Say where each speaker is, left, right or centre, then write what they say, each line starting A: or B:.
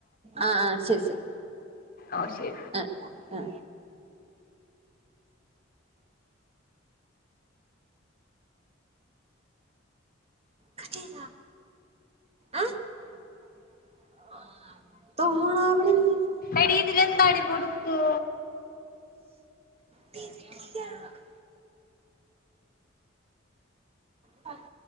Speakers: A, on the right; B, on the left.
A: ആ ആ ശരി ശരി
B: ആഹ ശരി
A: ആ ആ കട്ടിയത ആഹ <unintelligible> <unintelligible>
B: എടീ ഇതിന്ന്ന്താടി കൊടുത്തേ.
A: പില്ല <unintelligible> പറ <unintelligible>